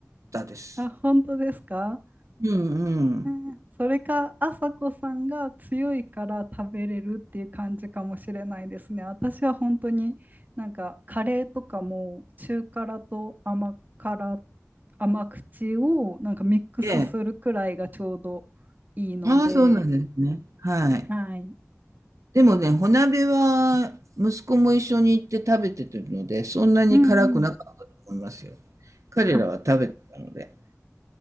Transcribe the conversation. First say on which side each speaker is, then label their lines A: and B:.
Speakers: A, on the right (about 80°); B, on the right (about 35°).
A: たです。
B: あ、本当ですか
A: うんうん。
B: うんそれか、あさこさんが強いから食べれるっていう感じかもしれないですね。私は本当になんかカレーとかも中辛と甘辛、甘口をなんかミックスするくらいがちょうど
A: ええ。
B: いいので。
A: ああ、そうなんですね。はい。
B: はい。
A: でもね、穂鍋は息子も一緒に行って食べてるので、そんなに辛くなかったと思いますよ。
B: うんうん。
A: 彼らは食べてたので。
B: あ、